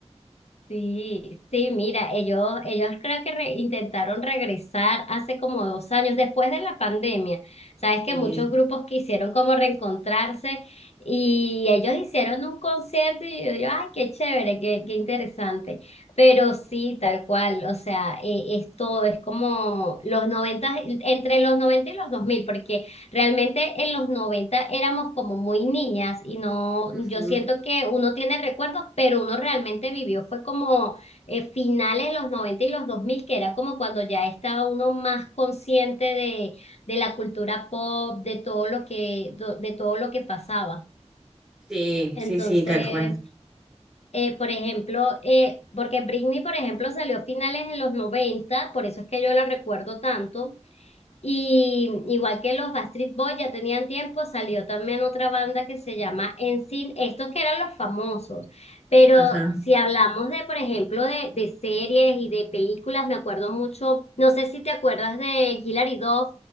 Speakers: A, on the left (about 65°); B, in the centre.
A: Sí, sí, mira, ellos, ellos creo que re- intentaron regresar hace como dos años, después de la pandemia. Sabes que
B: Eh,
A: muchos grupos quisieron como reencontrarse y ellos hicieron un concierto y yo, yo, ay, qué chévere, qué, qué interesante. Pero sí, tal cual, o sea, eh, es todo, es como los 90 entre los 90 y los 2000 porque Realmente en los 90 éramos como muy niñas y no,
B: ujú.
A: yo siento que uno tiene recuerdos, pero uno realmente vivió, fue como eh, finales de los 90 y los 2000 que era como cuando ya estaba uno más consciente de, de la cultura pop, de todo lo que, do- de todo lo que pasaba.
B: Sí,
A: Entonces,
B: sí, sí, tal cual.
A: eh, por ejemplo, eh, porque Britney, por ejemplo, salió a finales de los 90 por eso es que yo la recuerdo tanto y igual que los Backstreet Boys ya tenían tiempo, salió también otra banda que se llama Sin estos que eran los famosos. Pero
B: Ajá.
A: si hablamos de, por ejemplo, de, de series y de películas, me acuerdo mucho, no sé si te acuerdas de Hilary Duff